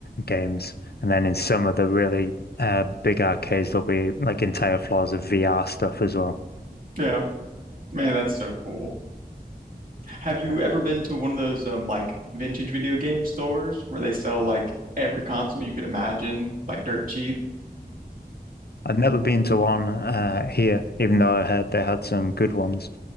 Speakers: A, on the left; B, on the right.
A: games. And then in some of the really uh big arcades there'll be like entire floors of VR stuff as well.
B: Yeah. Man, that's so cool. Have you
A: Yeah.
B: ever been to one of those um like vintage video game stores where they sell like every console you could imagine, like dirt cheap?
A: I've never been to one uh here, even though I heard they had some good ones.